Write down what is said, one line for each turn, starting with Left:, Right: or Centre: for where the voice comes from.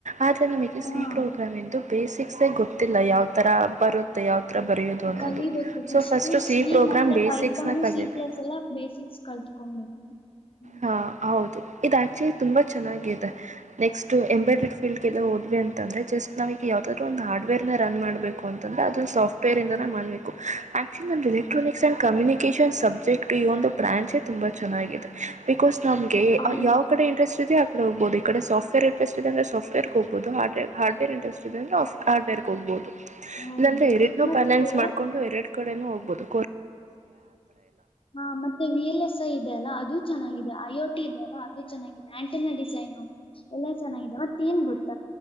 Right: ಆದ್ರೆ ನಮಗೆ
Left: ಹಾ
Right: ಸಿ ಪ್ರೋಗ್ರಾಮ್ ಎಂದು ಬೇಸಿಕ್ಸ್ ಗೊತ್ತಿಲ್ಲ ಯಾವ ತರ ಬರುತ್ತೆ ಯಾವ ಥರ ಬರೆಯೋದು ಅನ್ನೋದು
Left: ಕಲಿಬೇಕು first
Right: so first
Left: C
Right: program
Left: ಮತ್ತೆ
Right: ಬೇಸಿಕ್ಸ್ನ
Left: ಪೈಪನ್
Right: ಕಲಿಬೇಕು
Left: ಸಿ ಪ್ಲಸ್ ಎಲ್ಲ ಬೇಸಿಕ್ಸ್ ಕಲ್ತ <unintelligible>
Right: ಹಾ ಹೌದು ಇದು ಆಕ್ಚುಲಿ ತುಂಬಾ ಚೆನ್ನಾಗಿದೆ ನೆಕ್ಸ್ಟ್ ಎಂಬ್ರಾಯಡರಿ ಫೀಲ್ಡ್ ಲ್ಲ ಹ ಇ ಅಂತಂದ್ರೆ ಜಸ್ಟ್ ನಾವ ಈಗ ಯಾವ್ದಾದ್ ಒಂದು ಹಾರ್ಡ್ವೇರ್ ನ ರನ್ ಮಾಡ್ಬೇಕು ಅಂತಂದ್ರೆ ಅದಂದು ಸಾಫ್ಟ್ವೇರ್ ಇಂದ ಮಾಡ್ಬೇಕು actually electronics and communication subject ಈ ಒಂದು ಬ್ರಾಂಚೇ ತುಂಬಾ ಚೆನ್ನಾಗಿದೆ ಬಿಕಾಸ್ ನಮಗೆ
Left: ಹೌದು
Right: ಯಾವ ಕಡೆ ಇಂಟ್ರೆಸ್ಟ್ ಇದೆ ಆ ಕಡೆ ಹೋಗಬಹದು ಈ ಕಡೆ ಸಾಫ್ಟವೇರ್ ಇಂಟ್ರೆಸ್ಟ್ ಸಾಫ್ಟವೇರ್ ಹೋಗಬಹ ಹಡ್ ಹಾರ್ಡ್ವರ್ ಇಂಡ ಹಡ್ವೇರ್ ಹೋಗ್ಬಹುದು
Left: ಹೌದು
Right: ಇಲ್ಲಾ್ರೆ ಎರಡ್
Left: ಮತ್ತೆ
Right: ಬ್ಯಾಲೆನ್ಸ್ ಮಾಡ್ಕೊಂಡು ಎರಡ್ ಕಡೊ ಹೋಗ್ಬಹುದು
Left: ಹಾ ಮತ್ತೆ ವಿ ಎಲ್ ಎಸ್ ಐ ಇದೆ ಅಲ್ಲ ಅದು ಚೆಗಿದೆ ಅಯೋಟಿ ಇದೆ ಹಾಗೆ ಚೆನ್ನಾಗಿದೆ ಆಂಟಿನ ಡಿಸೈನು ಎಲ್ಲಾ ಚೆನ್ನಾಗಿದೆ ಮತ್ತ ಏನ್ ಗೊತ್ತ